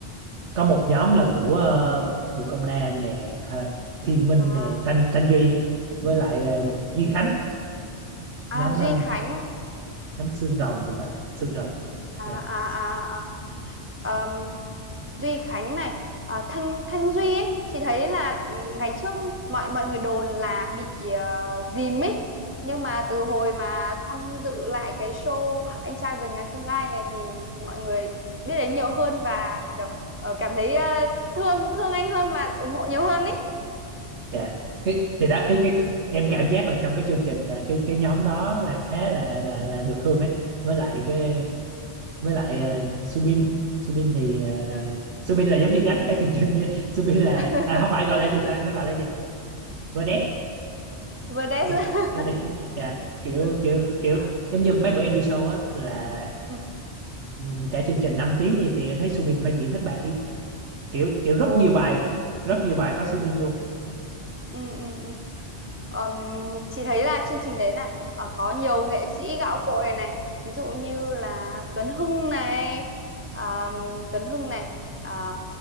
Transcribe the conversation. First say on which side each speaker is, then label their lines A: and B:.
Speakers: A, on the right; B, on the right.
A: có một nhóm là của ờ, Bùi Công Nam nè Tha, Thiên Minh
B: À,
A: nè Thanh Thanh Duy
B: ừ.
A: với lại ờ,
B: ừ.
A: Duy Khánh
B: À,
A: nhóm
B: Duy
A: ờ,
B: Khánh.
A: nhóm Xương Rồng thì phải Xương Rồng
B: À,
A: dạ.
B: à, à, à. ờm, Duy Khánh này à, Thanh Thanh Duy ấy chị thấy là ừ, ngày trước mọi mọi người đồn là bị uh, dìm ấy nhưng mà từ hồi mà tham dự lại cái show Anh trai vượt ngàn chông gai này thì mọi người biết đến nhiều hơn và kiểu ờ, cảm thấy ờ, thương thương anh hơn và ủng hộ nhiều hơn ấy
A: dạ cái thì đó cái, cái cái- em cảm giác là trong cái chương trình là cái cái nhóm đó là khá là là
B: ừ.
A: là được thương ấy với lại cái với lại ờ, Subin Subin thì ờ, là,
B: ừ.
A: Subin là giống như gánh cả chương trình đi <laughs> Subin là
B: <laughs>
A: à không phải gọi là gì ta nó gọi là gì vedette
B: Verdes
A: Kiểu-
B: <laughs>
A: vedette dạ kiểu
B: ừ.
A: kiểu kiểu
B: À,
A: giống như mấy bữa em đi show á là
B: ừ.
A: ừm, cả chương trình 5 tiếng đi thì em thấy Subin phải diễn hết ba tiếng kiểu kiểu rất
B: Ồ.
A: nhiều bài rất nhiều bài có Subin luôn
B: ừ ừ ừ Ờm, chị thấy là chương trình đấy là ờ, có nhiều nghệ sĩ gạo cội này ví dụ như là Tuấn Hưng này ờm, Tuấn Hưng này ờ,